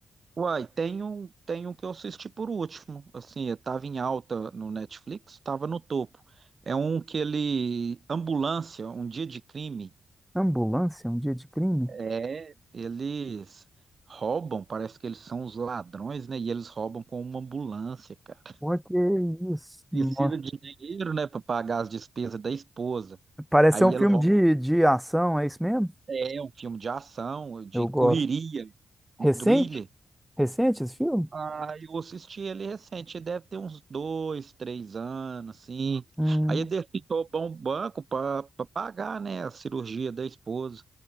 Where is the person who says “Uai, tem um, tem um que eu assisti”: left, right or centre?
Right